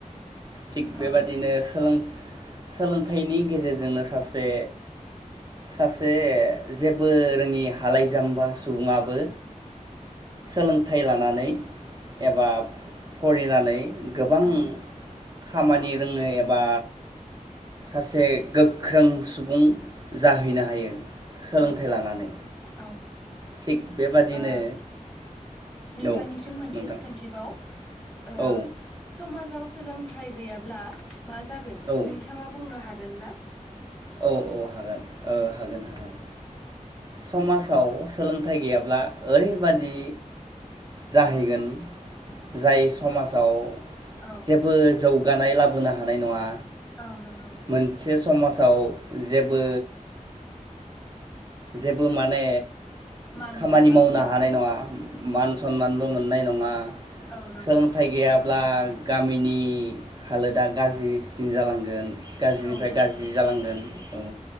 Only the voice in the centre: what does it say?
औ
नंगौ
औ
औ औ
औ ओ
नोंथांनिसिम
मोनसे
सोंथिबाव। <inaudible> ओ
समाजाव सोलोंथाइ गैयाब्ला मा जागोन
नोंथांङा बुंनो हागो गोनना?
औ
औ
औ नंगौ।
मान
सनमान
बा
औ नंगौ
औ नंगौ